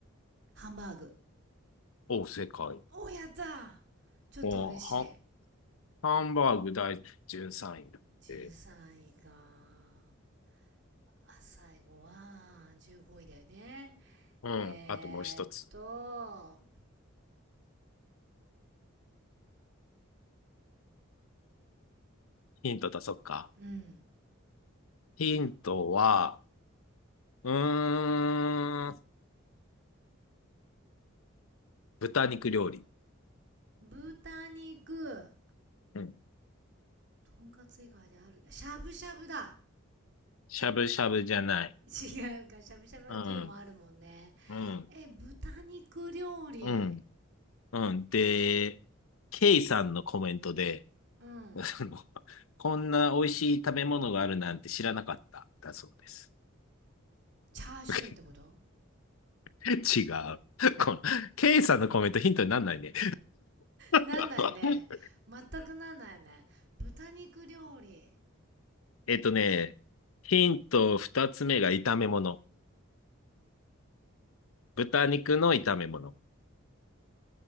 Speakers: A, on the right (about 55°); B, on the left (about 80°).
A: ハンバーグ。
B: お、世界。
A: お、やったちょっと嬉しい。
B: もうハ、ハンバーグ第13位だって。
A: 13位か。あ、最後は、15位だよね。
B: うん。
A: えー、
B: あともう一つ。
A: っと、
B: ヒント出そっか。
A: うん。
B: ヒントは、うーん、豚肉料理。
A: 豚肉、
B: うん。
A: とんかつ以外である。しゃぶしゃぶだ
B: しゃぶしゃぶじゃない。
A: 違うか、しゃぶしゃぶの牛もあるもんね。
B: うん。うん。
A: え、豚肉料理。
B: うん。うん。で、ケイさんのコメントで、
A: うん。
B: その <laughs> こんな美味しい食べ物があるなんて知らなかった、だそうです。
A: チャーシューってこと
B: <laughs> 違う。この、ケイさんのコメントヒントになんないね。
A: なんないね。
B: <laughs>
A: 全くなんないね。豚肉料理。
B: えっとね、ヒント二つ目が炒め物。豚肉の炒め物。